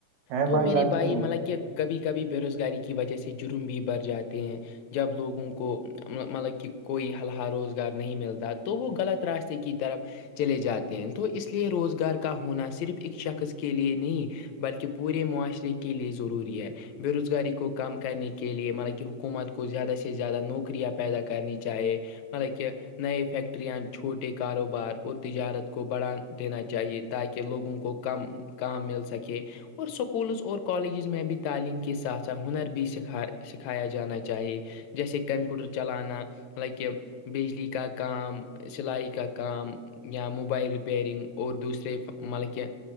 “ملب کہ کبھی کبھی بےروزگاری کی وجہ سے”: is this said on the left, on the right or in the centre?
Left